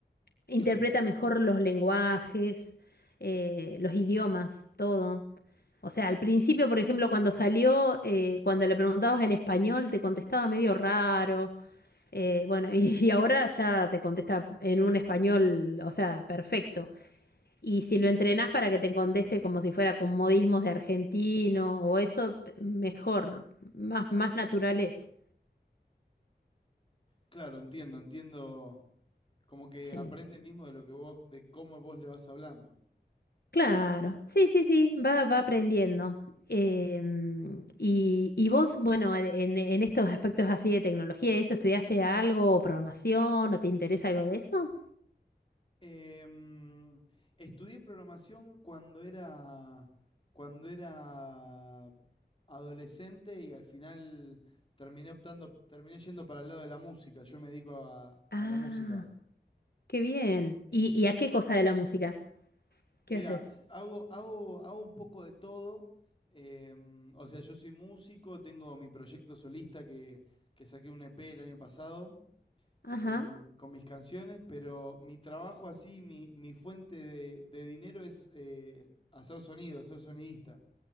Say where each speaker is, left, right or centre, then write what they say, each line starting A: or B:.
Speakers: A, on the left; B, on the left.
A: Interpreta
B: Claro,
A: mejor los lenguajes, eh, los idiomas, todo. O sea, al principio, por ejemplo, cuando salió, eh, cuando le preguntabas en español, te contestaba medio raro. Eh, bueno, <laughs> y, ahora ya te contesta en un español, o sea, perfecto. Y si lo entrenás para que te conteste como si fuera con modismos de argentino o eso, p- mejor, más, más natural es.
B: claro, entiendo, entiendo. Como que
A: Sí.
B: aprende mismo de lo que vos, de cómo vos le vas hablando.
A: Claro, sí, sí, sí, va, va aprendiendo. Em, y, y vos, bueno, en, en estos aspectos así de tecnología y eso, ¿estudiaste algo o programación o te interesa algo de eso?
B: Em, estudié programación cuando era, cuando era adolescente y al final terminé optando, terminé yendo para el lado de la música. Yo me dedico a,
A: Ah,
B: a la música.
A: qué bien.
B: Eh,
A: ¿Y, y a qué cosa de la música? ¿Qué
B: mira,
A: haces?
B: hago, hago, hago un poco de todo. em, o sea, yo soy músico, tengo mi proyecto solista que, que saqué un EP el año pasado.
A: Ajá.
B: eh, con mis canciones, pero mi trabajo así, mi, mi fuente de, de dinero es eh, hacer sonido, ser sonidista.